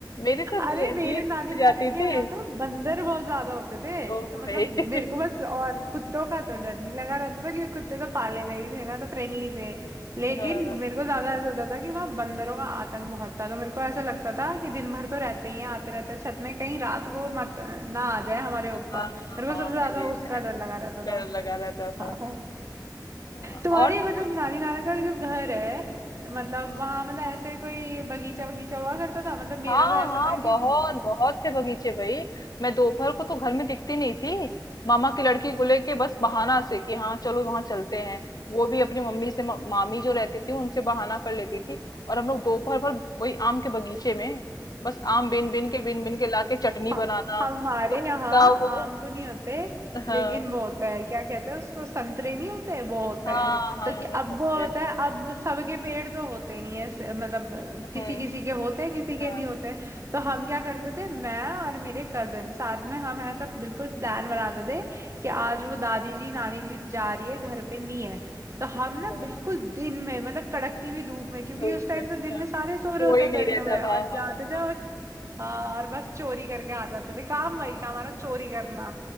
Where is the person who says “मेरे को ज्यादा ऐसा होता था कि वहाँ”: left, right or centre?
Right